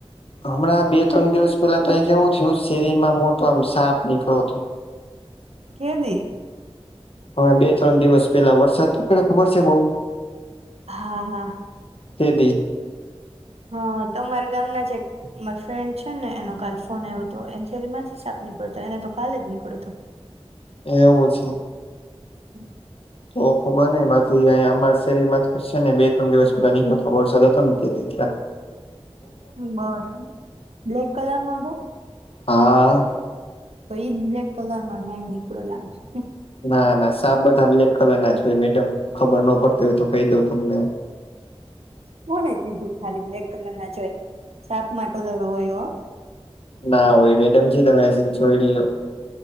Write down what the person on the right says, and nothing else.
કેદી.
હા હા
હા તમારા ગામ ના જે મારે ફ્રેન્ડ છે ને એનો કાલ ફોન આવ્યો હતો એની શેરીમાં સાપ નીકળ્યોતો એને તો કાલે જ નીકળે હતો.
હમ.
બરા બ્લેક કલર ન તો.
તો એજ બ્લેક કલર નો ન્યાય નીકળો લાગશે.
કોને કીધું ખાલી બ્લેક કલર ના જો હોય સાપમાં કલર હોય એ.